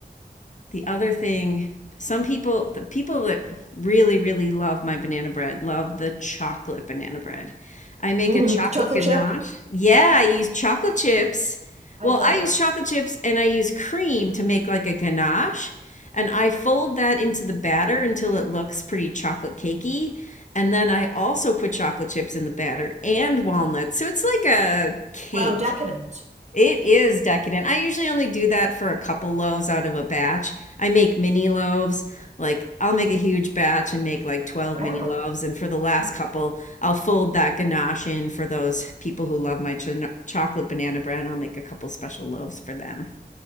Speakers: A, on the left (about 45°); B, on the right (about 40°).
A: the other thing some people the people that really really love my banana bread love the chocolate banana bread i make
B: hmm
A: a chocolate
B: Chocolate
A: ganache
B: chip?
A: yeah i use chocolate chips
B: I
A: well
B: done
A: i use
B: that.
A: chocolate chips and i use cream to make like a ganache and i fold that into the batter
B: Oh,
A: until it looks pretty chocolate cakey and then i also put chocolate chips in the batter and walnuts so it's like a cake
B: wow, decadent.
A: it is decadent. I usually only do that for a couple loaves out of a batch. I make mini loaves. Like I'll make a huge batch and make like 12
B: Wow.
A: mini loaves. And for the last
B: You,
A: couple, I'll fold that ganache in for those people who love my ch chocolate banana bread. I'll make a couple special loaves for them.